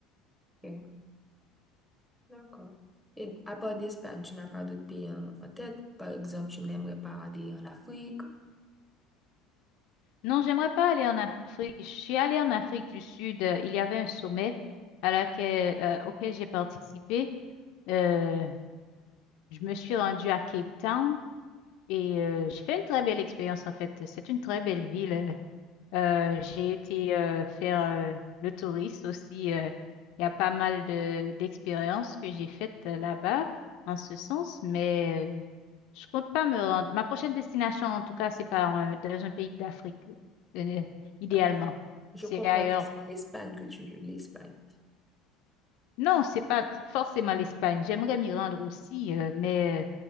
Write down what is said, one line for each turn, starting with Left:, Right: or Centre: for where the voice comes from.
Centre: Ok, d'accord. Et à part d'Espagne, tu n'as pas d'autres pays en, en tête? Par exemple, tu n'aimerais pas aller en Afrique?
Left: Non, j'aimerais pas aller en Afrique. Je suis allée en Afrique du Sud. euh, Il y avait un sommet à laquelle, euh, auquel j'ai participé. Euh, je me suis rendue à Cape Town et euh, je fais une très belle expérience en fait. C'est une très belle ville. euh, Euh, j'ai été euh, faire euh, le touriste aussi. euh, Il y a pas mal de d'expériences que j'ai faites euh, là-bas en ce sens, mais euh, je compte pas me rendre. Ma prochaine destination, en tout cas, c'est pas en- dans un pays d'Afrique, euh, idéalement.
Centre: D'accord. Je
Left: C'est
Centre: comprends
Left: ailleurs.
Centre: que c'est l'Espagne que tu veux, l'Espagne.
Left: Non, c'est pas forcément l'Espagne. J'aimerais m'y rendre aussi, euh, mais euh,